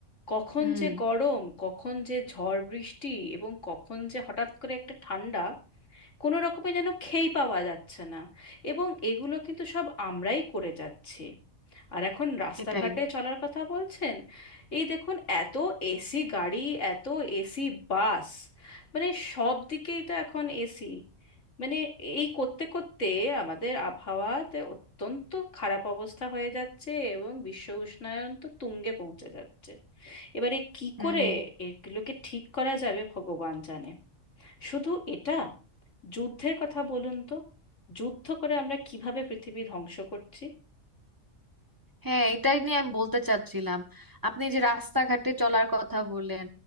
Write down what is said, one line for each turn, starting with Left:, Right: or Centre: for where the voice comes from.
Left: কখন
Right: হুম
Left: যে গরম কখন যে ঝড় বৃষ্টি এবং কখন যে হঠাৎ করে একটা ঠান্ডা কোনো রকমে যেন খেই পাওয়া যাচ্ছে না এবং এগুলো কিন্তু সব আমরাই করে যাচ্ছি আর এখন রাস্তাঘাটে
Right: এটাই
Left: চলার কথা বলছেন এই দেখুন এত এসি গাড়ি এত এসি বাস মানে সব দিকেই তো এখন এসি মানে এই করতে করতে আমাদের আবহাওয়াতে অত্যন্ত খারাপ অবস্থা হয়ে যাচ্ছে এবং বিশ্ব উষ্ণায়ন তো তুঙ্গে পৌঁছে যাচ্ছে এবারে কি
Right: হুম
Left: করে এগুলোকে ঠিক করা যাবে ভগবান জানে শুধু এটা যুদ্ধের কথা বলুন তো যুদ্ধ করে আমরা কিভাবে পৃথিবী ধ্বংস করছি
Right: হ্যাঁ এটাই নিয়ে আমি বলতে চাচ্ছিলাম আপনি যে রাস্তাঘাটে চলার কথা বললেন